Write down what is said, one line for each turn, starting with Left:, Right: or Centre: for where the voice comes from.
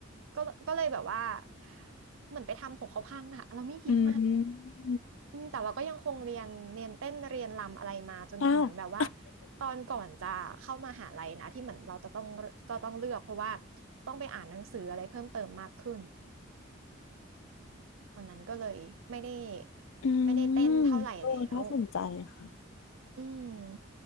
Right: ก็ก็เลยแบบว่าเหมือนไปทำของเขาพังอะเราไม่ยิ้มอะ
Left: อืม
Right: อืมแต่เราก็ยังคงเรียนเรียนเต้นเรียนรำอะไรมาจนถึงแบบว่า
Left: อ่ะ
Right: ตอนก่อนจะเข้ามหาลัยนะที่เหมือนเราจะต้องจะต้องเลือกเพราะว่าต้องไปอ่านหนังสืออะไรเพิ่มเติมมากขึ้นตอนนั้นก็เลยไม่ได้
Left: อื
Right: ไม่ได้เต้นเท่าไหร่แล้ว
Left: มโอ้น่าสนใจค่ะ
Right: อืม